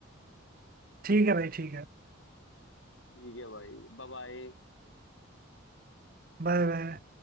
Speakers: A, on the right; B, on the left.
A: ठीक है भाई ठीक है
B: ठीक है भाई Bye bye
A: Bye bye